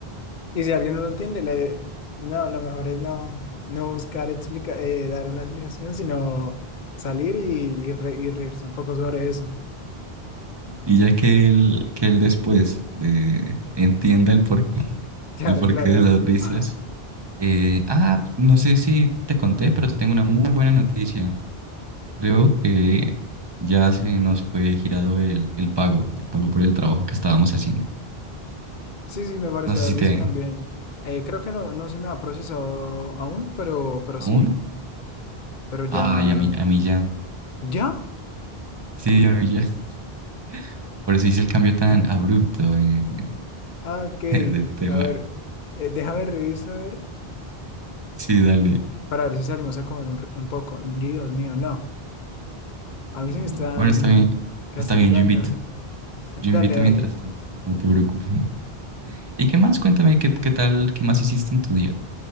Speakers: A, on the left (about 55°); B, on the right (about 30°).
A: y si alguien no lo entiende, le, no, lo mejor es no, no buscar explica, eh, dar una explicación, sino salir y, y, re- y reírse un poco sobre eso.
B: Y ya que él, que él después eh, entienda el porqué,
A: Claro,
B: el porqué
A: claro.
B: de las risas.
A: <laughs> Ajá.
B: eh, ah, pues, no sé si te conté, pero te tengo una muy buena noticia. Creo que ya se nos fue girado el, el pago, el pago por el trabajo que estábamos haciendo.
A: Sí, sí, me pareció
B: No sé
A: haber
B: si
A: visto
B: te...
A: también. Eh, creo que no, no se me ha procesado aún, pero, pero
B: ¿Aún?
A: sí, pero ya,
B: Ay, a mí, a mí ya.
A: ya.
B: Sí, a mí ya. <laughs> Por eso hice el cambio tan
A: <laughs>
B: abrupto en,
A: Ah, ok.
B: en- <laughs> de tema.
A: A ver, eh, déjame revisar a ver,
B: Sí, dale.
A: para ver si salimos a comer un, r- un poco. Dios mío, no. A mí
B: Uy,
A: sí me están
B: Bueno, está bien.
A: castigando.
B: Está bien, yo invito.
A: <laughs>
B: Yo
A: Dale,
B: invito
A: dale.
B: mientras tanto, no te preocupes. ¿Y qué más? Cuéntame, ¿qué, qué tal, qué más hiciste en tu día?